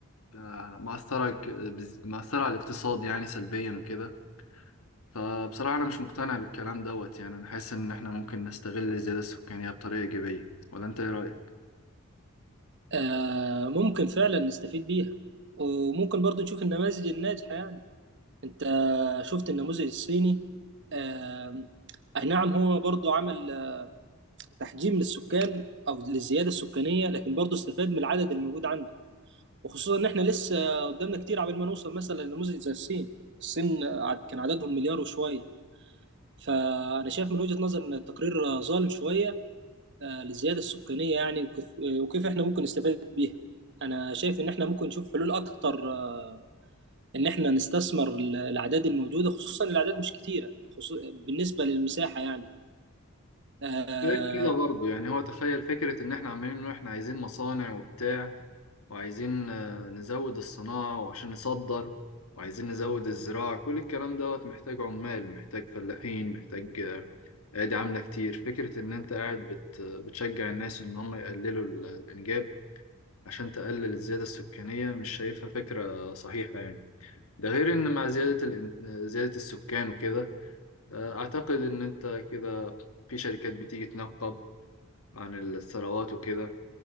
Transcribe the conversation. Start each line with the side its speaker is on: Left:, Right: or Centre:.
Left: آه، مأثرة ك- بز- مأثرة على الاقتصاد يعني سلبيا وكده فبصراحة أنا مش مقتنع بالكلام دوت يعني أنا حاسس إن إحنا ممكن نستغل الزيادة السكانية بطريقة إيجابية ولا أنت إيه رأيك؟
Right: آه ممكن فعلا نستفيد بيها وممكن برضو نشوف النماذج الناجحة يعني أنت شفت النموذج الصيني آه أي نعم هو برضو عمل آه، تحجيم للسكان أو للزيادة السكانية لكن برضو استفاد من العدد الموجود عنده وخصوصا ان احنا لسه قدامنا كتير عبال ما نوصل مثلا لنموذج زي الصين الصين عد- كان عددهم مليار وشويه فانا شايف من وجهة نظر ان التقرير ظالم شويه آه، للزياده السكانيه يعني وكيف وكيف احنا ممكن نستفاد بيها انا شايف ان احنا ممكن نشوف حلول اكتر آه، ان احنا نستثمر ال- الاعداد الموجوده خصوصا الاعداد مش كتيره خصو- بالنسبه للمساحه يعني آه،
Left: أنت شايف كده برضه يعني هو تخيل فكرة إن إحنا عمالين نقول إحنا عايزين مصانع وبتاع وعايزين آه، نزود الصناعة وعشان نصدر وعايزين نزود الزراعة كل الكلام دوت محتاج عمال محتاج فلاحين محتاج آه، أيادي عاملة كتير فكرة إن أنت قاعد بت بتشجع الناس إن هم يقللوا ال- الإنجاب عشان تقلل الزيادة السكانية مش شايفها فكرة صحيحة يعني ده غير إن مع زيادة الإن- زيادة السكان وكده آه، أعتقد إن أنت كده في شركات بتيجي تنقب عن الثروات وكده